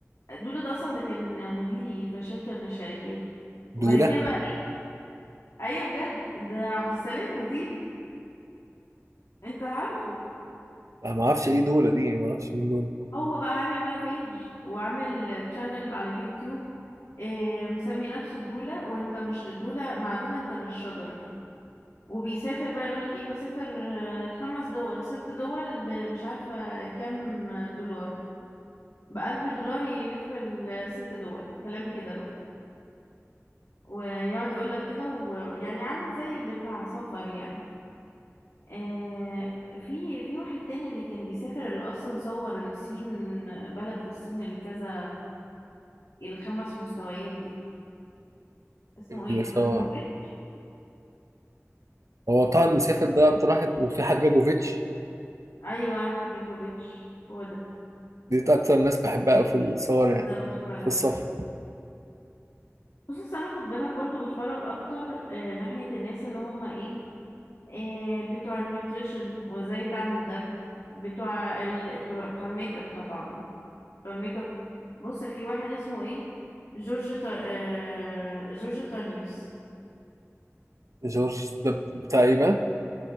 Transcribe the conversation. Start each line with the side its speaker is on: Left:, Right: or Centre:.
Left: دولا ده اصلا ده كان مديري في شركة من الشركات
Right: دولة
Left: وبعد كده بقى إيه، ايوه بجد ده عبد السلام مديري انت عارفه
Right: انا ما اعرفش ايه دولة دي ما اعرفش مين دولة
Left: هو بقى عامل بقى بيج وعامل تشانل على اليوتيوب إيه مسمي نفسه دولا وانت مش دولا مع دولا انت مش شجرة وبيسافر بقى يقولك ايه بسافر آه، خمس دول ست دول بمش عارفة كام دولار بألف دولار يلف الست دول كلام كده بقى ويقعد يقول لك كده ويعني عامل زي بتاع سفر يعني آه في في واحد تاني اللي كان بيسافر اللي اصلا صور الصين بلد في الصين اللي كذا الخمس مستويات دي اسمه
Right: اللي
Left: ايه ابراهيموفيتش
Right: صور هو طاهر مسافر ده اكتر واحد وفي حجاجوفيتش
Left: ايوه حجاجوفيتش هو ده
Right: دي اكتر ناس بحبها أوي في الصور يعني
Left: ده بتفرج
Right: في
Left: عليه
Right: السفر
Left: بص أصل انا خد بالك برضو بتفرج اكتر آه ناحية الناس اللي هم ايه آه بتوع النيوتريشن وازاي تعمل دايت بتوع ال... بتوع الميك اب طبعا الميك اب بص في واحد اسمه ايه جورج تا... آه... جورج تانيوس
Right: جورج ده بتاع ايه بقى؟